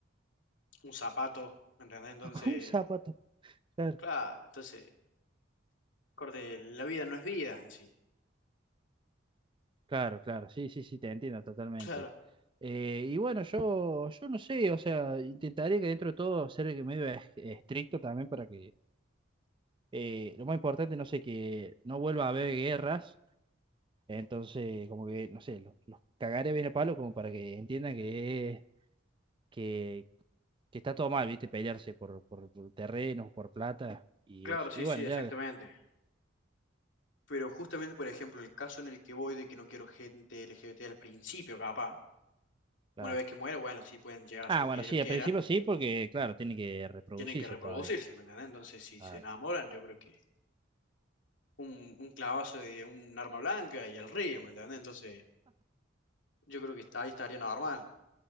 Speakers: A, on the left; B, on the right.
A: un zapato, ¿me ¿entendés? Entonces,
B: <laughs> un zapato. claro
A: claro, entonces, corte, la vida no es vida en sí.
B: Claro, claro, sí, sí, sí, te entiendo totalmente.
A: Claro,
B: Eh, y bueno, yo, yo no sé, o sea, intentaría que dentro de todo ser medio es- estricto también para que eh, lo más importante, no sé, que no vuelva a haber guerras, entonces como que, no sé, los, los cagaré bien a palo como para que entiendan que, es- que, que está todo mal, ¿viste? Pelearse por, por, por terrenos, por plata y
A: claro,
B: eso.
A: sí,
B: Y bueno,
A: sí, exactamente.
B: ya,
A: Pero justamente, por ejemplo, el caso en el que voy de que no quiero gente LGBT al principio, capaz,
B: claro.
A: una vez que muera, bueno, sí pueden llegar a hacer
B: Ah,
A: lo
B: bueno,
A: que
B: sí,
A: ellos quieran,
B: al principio sí, porque claro, tiene que reproducirse
A: tienen que reproducirse,
B: todavía.
A: ¿me entendés? Entonces, si
B: Claro.
A: se enamoran, yo creo que un, un clavazo de un arma blanca y al río, ¿me entendés? Entonces, yo creo que ahí estaría normal.